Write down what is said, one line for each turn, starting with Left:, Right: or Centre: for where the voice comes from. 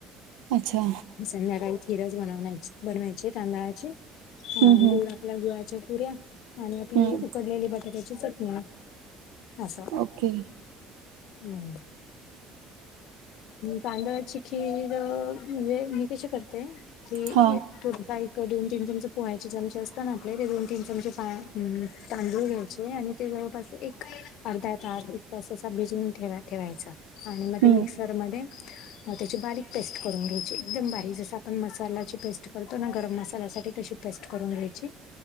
Right: अच्छा.
Left: आहे. संध्याकाळी खीर बनव बनवायची तांदळाची गोड.
Right: हम्म हम्म
Left: आपल्या गुळाच्या पुऱ्या, आणि आपली
Right: हम्म
Left: उकडलेली बटाट्याची चटणी. आसं
Right: ओके
Left: हम. तांदळाची खीर म्हणजे, मी कशी करते की.
Right: हा
Left: थोडंफार एक दोन तीन चमच पोहा्याचे चमचे असत ना, आपले ते दोन तीन चमचे तांदूळ घ्यायचे. आणि, ते जवळपास एक अर्धा तास, एक तास भिजवून ठेवायचं आणि मग
Right: हं,
Left: ते मिक्स र मध्ये त्याची बारीक पेस्ट करून घ्यायची, एकदम बारीक जसा आपण मसाल्याची पेस्ट करतो ना, गरम मसाल्यासाठी तशी पेस्ट करून घ्यायची.